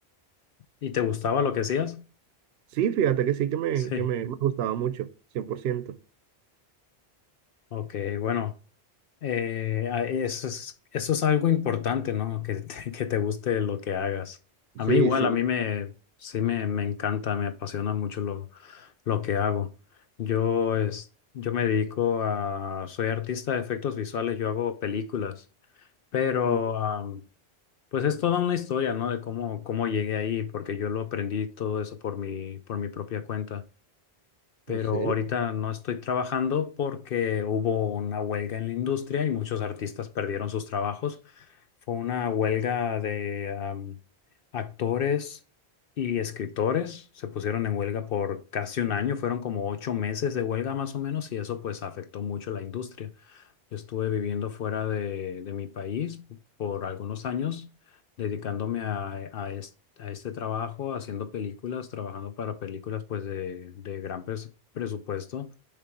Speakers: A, on the left; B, on the right.
A: ¿Y te gustaba lo que hacías?
B: Sí, fíjate que sí que me,
A: Sí.
B: que me, me gustaba mucho, cien por ciento
A: Ok, bueno. Eh, a- eso es, eso es algo importante, ¿no? Que te, <laughs> que te guste lo que hagas.
B: Sí,
A: A mí igual,
B: sí.
A: a mí me, sí me, me encanta, me apasiona mucho lo, lo que hago. Yo, es, yo me dedico a, soy artista de efectos visuales, yo hago películas, pero
B: Mm,
A: am, pues es toda una historia, ¿no? De cómo, cómo llegué ahí, porque yo lo aprendí todo eso por mi, por mi propia cuenta pero
B: ¿En serio?
A: ahorita no estoy trabajando porque hubo una huelga en la industria y muchos artistas perdieron sus trabajos. Fue una huelga de am, actores y escritores. Se pusieron en huelga por casi un año, fueron como ocho meses de huelga más o menos y eso pues afectó mucho la industria. Yo estuve viviendo fuera de, de mi país por algunos años, dedicándome a, a es- a este trabajo, haciendo películas, trabajando para películas pues de, de gran pres- presupuesto.